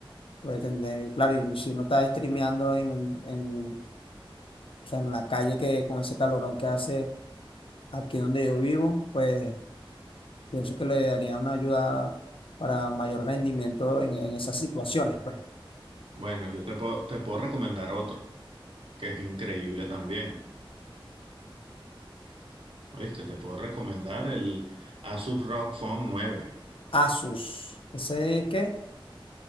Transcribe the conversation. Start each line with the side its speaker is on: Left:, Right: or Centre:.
Left: puede tener, claro, y si uno está streameando en, en, o sea, en la calle que con ese calorón que hace aquí donde yo vivo, pues Pienso que le daría una ayuda para mayor rendimiento en, en esas situaciones, pues.
Right: Bueno, yo te puedo, te puedo recomendar otro, que es increíble también. ¿Oíste? Te puedo recomendar el Asus ROG Phone nueve,
Left: Asus, ¿ese es qué?